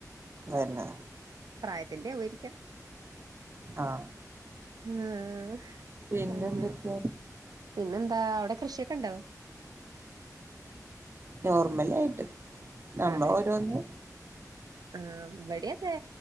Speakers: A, on the right; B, on the right.
A: തന്നെ
B: പ്രായത്തിന്റാവ്വായിരിക്കാം.
A: ആഹ്
B: ആഹ്
A: പിന്നെ
B: അങ്ങനെ
A: എന്തൊക്കെയാ
B: പിന്നെന്താ അവടെ കൃഷിക്കെണ്ടോ
A: നോർമലായ്ട്ട് നമ്മളോരോന്ന്
B: അതെ ആഹ് വടീഅതെ